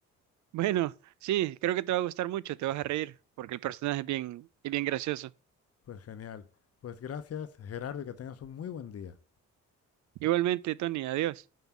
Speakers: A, on the right; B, on the left.
A: Bueno, sí, creo que te va a gustar mucho, te vas a reír, porque el personaje es bien, es bien gracioso.
B: Pues genial. Pues gracias, Gerardo, y que tengas un muy buen día.
A: Igualmente, Tony, adiós.